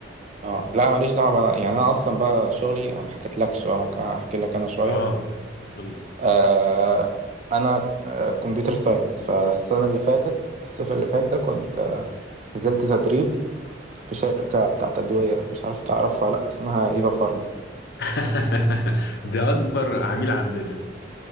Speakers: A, on the right; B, on the left.
A: اه لا ماليش دعوة بقى. يعني أنا أصلا بقى شغلي أنا ما حكيتلكش بقى ممكن أحكي لك أنا شوية
B: اه قولي
A: آه أنا آه، كمبيوتر ساينس فالسنة اللي فاتت الصيف اللي فات ده كنت آه، نزلت تدريب في شركة بتاعت أدوية مش عارف تعرفها ولا لأ اسمها إيفا فارما
B: <laughs> ده اكبر عميل عندنا